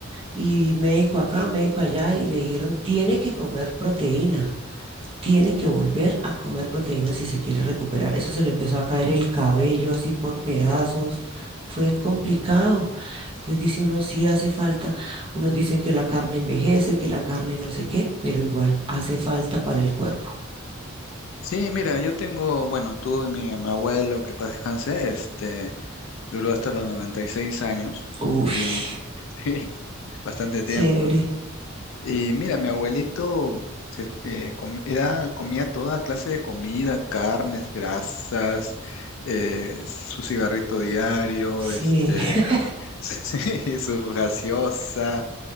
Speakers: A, on the right; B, on the left.
A: y médico acá, médico allá, y le dijeron, tiene que comer proteína, tiene que volver a comer proteína si se quiere recuperar. Eso se le empezó a caer el cabello así por pedazos, fue complicado. Entonces dice uno, sí hace falta. Unos dicen que la carne envejece, que la carne no sé qué, pero igual hace falta para el cuerpo.
B: Sí, mira, yo tengo, bueno, tuve mi, mi abuelo, que en paz descanse, este, duró hasta los 96 años
A: Uf,
B: y <laughs> sí, bastante
A: chévere.
B: tiempo, ¿no? Y mira, mi abuelito se, eh, com- era, comía toda clase de comida, carnes, grasas, eh, su cigarrito diario,
A: Sí,
B: este,
A: <laughs>
B: <laughs> Sí, su gaseosa.